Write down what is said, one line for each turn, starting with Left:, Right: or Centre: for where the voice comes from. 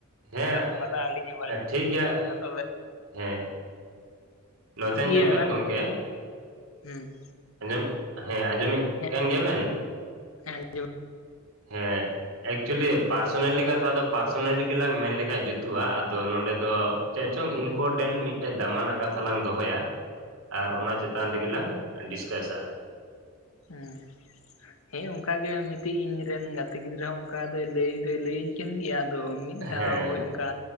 Right: ᱦᱮᱸ
Left: ᱜᱟᱞᱢᱟᱨᱟᱣ ᱟᱹᱞᱤᱧ ᱦᱚᱸ ᱵᱟᱞᱤᱧ
Right: ᱴᱷᱤᱠ
Left: ᱵᱩᱡ
Right: ᱜᱮᱭᱟ
Left: ᱫᱟᱲᱮᱭᱟᱜ ᱠᱟᱱᱟ᱾ ᱛᱚᱵᱮ
Right: ᱦᱮᱸ, ᱱᱚᱛᱮ ᱟᱸᱡᱚᱢ
Left: ᱤᱭᱟᱹ
Right: ᱵᱮᱱ ᱜᱚᱢᱠᱮ᱾
Left: ᱦᱮᱸ,
Right: ᱟᱸᱡᱚᱢ ᱦᱮᱸ ᱟᱸᱡᱚᱢᱮᱫ
Left: ᱦᱮᱸ
Right: ᱠᱟᱱ ᱜᱮᱭᱟ ᱵᱮᱱ?
Left: ᱦᱮᱸ ᱟᱸᱡᱚᱢᱚᱜ
Right: ᱦᱮᱸ, ᱮᱠᱪᱩᱭᱮᱞᱤ ᱯᱟᱨᱥᱳᱱᱟᱞᱤ ᱠᱟᱛᱷᱟ ᱫᱚ ᱯᱟᱨᱥᱳᱱᱟᱞᱤ ᱜᱮᱞᱟᱝ ᱢᱮᱱ ᱞᱮᱠᱷᱟᱡ ᱡᱩᱛᱩᱜᱼᱟ, ᱟᱫᱚ ᱱᱚᱸᱰᱮ ᱫᱚ ᱪᱮᱫ ᱪᱚᱝ ᱤᱱᱯᱚᱨᱴᱮᱱᱴ ᱢᱤᱫᱴᱮᱱ ᱫᱟᱢᱟᱱᱟᱜ ᱠᱟᱛᱷᱟ ᱞᱟᱝ ᱫᱚᱦᱚᱭᱟ᱾
Left: <inaudible>
Right: ᱟᱨ ᱚᱱᱟ ᱪᱮᱛᱟᱱ ᱨᱮᱜᱮ ᱞᱟᱝ ᱰᱤᱥᱠᱟᱥᱟ᱾
Left: ᱦᱮᱸ, ᱦᱮᱸ ᱚᱱᱠᱟ ᱜᱮ ᱢᱤᱫᱴᱤᱡ ᱤᱧ ᱨᱮᱱ ᱜᱟᱛᱮ ᱜᱤᱫᱽᱨᱟᱹ ᱦᱚᱸ ᱚᱱᱠᱟ ᱫᱚᱭ ᱞᱟᱹᱭ ᱫᱚᱭ ᱞᱟᱹᱭᱟᱹᱧ ᱠᱟᱱ ᱜᱮᱭᱟ᱾ ᱟᱫᱚ ᱢᱤᱜ
Right: ᱦᱮᱸ
Left: ᱫᱷᱟᱣ ᱦᱳᱭ ᱚᱱᱠᱟ